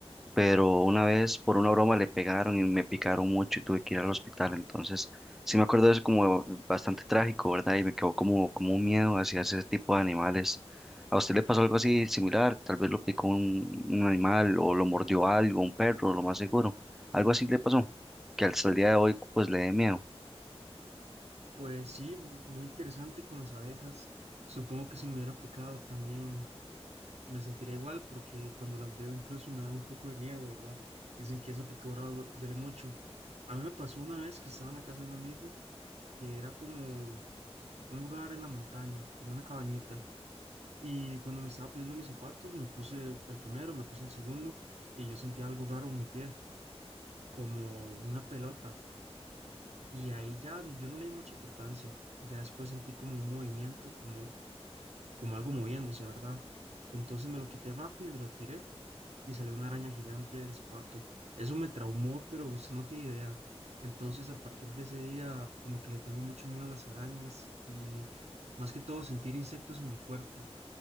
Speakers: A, in the centre; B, on the right (about 85°).
A: pero una vez por una broma le pegaron y me picaron mucho y tuve que ir al hospital. Entonces, sí me acuerdo de eso como bastante trágico, ¿verdad? Y me quedó como, como un miedo hacia ese tipo de animales. ¿A usted le pasó algo así similar? Tal vez lo picó un, un animal o lo mordió algo, un perro, lo más seguro. Algo así le pasó, que hasta el día de hoy pues le dé miedo.
B: Pues sí, muy interesante con las abejas. Supongo que si me hubieran picado también me sentiría igual porque cuando las veo incluso me dan un poco de miedo, ¿verdad? Dicen que esa picadura du- duele mucho. A mí me pasó una vez que estaba en la casa de un amigo que era como un lugar en la montaña, como una cabañita Y cuando me estaba poniendo mis zapatos, me puse el primero, me puse el segundo y yo sentía algo raro en mi pie, como una pelota. Y ahí ya yo no le di mucha importancia. Ya después sentí como un movimiento, como, como algo moviéndose, ¿verdad? Entonces me lo quité rápido y lo tiré y salió una araña gigante del zapato. Eso me traumó, pero usted no tiene idea. Entonces a partir de ese día como que le tengo mucho miedo a las arañas y más que todo sentir insectos en mi cuerpo,